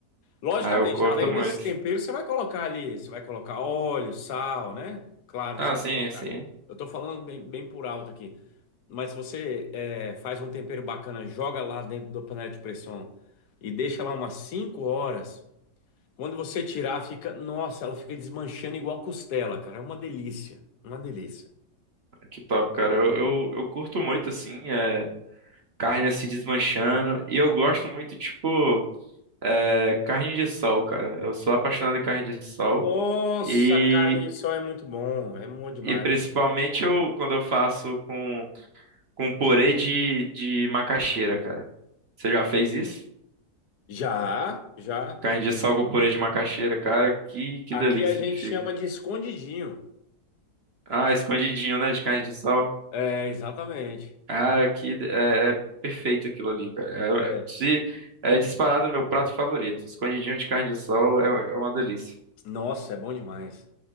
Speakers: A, on the left; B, on the right.
A: Logicamente,
B: Aí eu corto
A: além
B: muito.
A: desses temperos, você vai colocar ali, você vai colocar óleo, sal, né? Claro
B: Ah,
A: que você vai
B: sim,
A: colocar.
B: sim.
A: Eu tô falando bem, bem por alto aqui. Mas se você é, faz um tempero bacana, joga lá dentro da panela de pressão e deixa lá umas 5 horas. Quando você tirar, fica. Nossa, ela fica desmanchando igual costela, cara. É uma delícia. Uma delícia.
B: Que top, cara. Eu, eu, eu curto muito, assim, é, carne se desmanchando. E eu gosto muito, tipo, é, carne de sol, cara. Eu sou apaixonado em carne de sol.
A: Nossa,
B: E,
A: carne de sol é muito bom, é bom demais.
B: e principalmente eu, quando eu faço com, com purê de, de macaxeira, cara. Você já fez isso?
A: Já, já.
B: Carne de sol com purê de macaxeira, cara. Que, que
A: Aqui
B: delícia
A: a gente
B: que fica.
A: chama de escondidinho.
B: Ah, escondidinho, né, de carne de sol.
A: É, exatamente.
B: Cara, que é, é perfeito aquilo ali, cara.
A: É.
B: É, é- se é disparado meu prato favorito. Escondidinho de carne de sol é, é uma delícia.
A: Nossa, é bom demais.